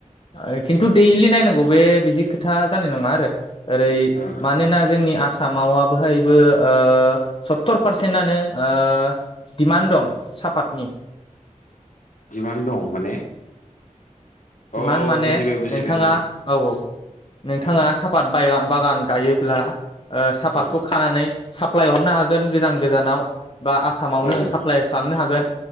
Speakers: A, on the left (about 40°); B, on the left (about 75°).
A: ओय खिन्थु दैलि नायनांगौ बे बिदि खोथा जानाय नङा आरो ओरै
B: ओ
A: मानोना जोंनि आसामावहा बोहायबो ओ सत्तर पारसेन्टआनो ओ दिमान्ड दं साफातनि।
B: डिमान दं माने
A: दिमान
B: अ
A: माने
B: बुजिबाय बुजिबाय
A: नोंथाङा औ औ।
B: उम
A: नोंथाङा
B: उम
A: सापात बाय बागान ओ गायोब्ला सापातखौ
B: उम
A: खानानै सा सप्लाय हरनो हागोन गोजान गोजानाव। बा आसामावनो
B: उम
A: साप्लाइ खालामनो हागोन।